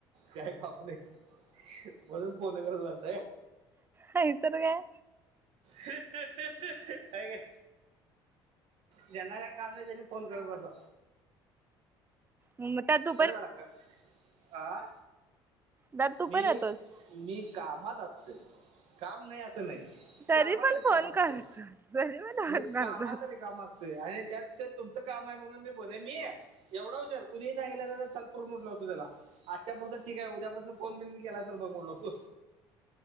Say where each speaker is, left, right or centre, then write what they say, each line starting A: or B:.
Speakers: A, on the right; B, on the right.
A: काय काम नाहीत, म्हणून फोनं करत बसता काय?
B: नाहीतर काय
A: हाय काय ज्यांना काय काम नाही त्यांनी फोन करत बसा.
B: हम्म त्या दोन
A: कट झाला अक्का, आ
B: त्यात तू
A: मी,
B: पण येतोस
A: मी कामात असतोय काम नाही अस नाही
B: तरी
A: कामात
B: पण
A: रिकामा
B: फोन
A: असतोय
B: करतो तरी पण
A: मी
B: फोन करतोच
A: कामात रिकामा असतो होय आणि त्यात ते तुमचं काम आहे म्हणून मी बोले आणि मी एवढा उशर कुणीही सांगितलं असतं तर चल फूर म्हटलो असतो त्याला आजच्या पुरत ठीक आहे उद्यापासून फोन बिन केलास तर बघ म्हनलो असतो.